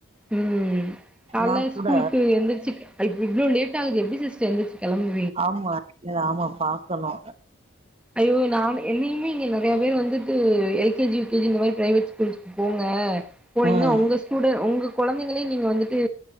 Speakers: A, in the centre; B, on the right.
A: ம் கால்ல
B: நா கூட
A: ஸ்கூலுக்கு எந்திருச்சு இ இவ்ளோ லேட் ஆகுது எப்டி சிஸ்டர் எந்திருச்சு கெளம்பு
B: ஆமா ஆமா பாக்கணு
A: ஐயோ நானு என்னயுமே இங்க நறைய பேர் வந்துட்டு L K G U K G இந்த மாரி பிரைவேட் ஸ்கூல்ஸ் போங்க போனீங்கன்னா
B: ம்
A: உங்க ஸ்டூடெ ஒங்க கொழந்தைங்கள நீங்க வந்துட்டு